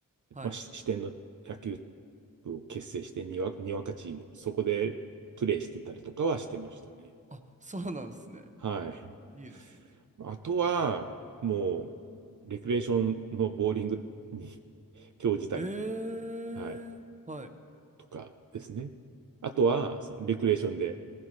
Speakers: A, on the right; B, on the right.
A: はい。
B: まあ、し支店の野球部を結成して、にわ、にわかチーム、そこでプレーしてたりとかはしてましたね。
A: あ、そうなんですね。
B: はい。
A: いいですね。
B: あとは、もう、レクレーションのボーリングに <laughs> 興じたり、
A: へえ、
B: はい、
A: はい。
B: とかですね。あとは、そのレクレーションで、
A: うん。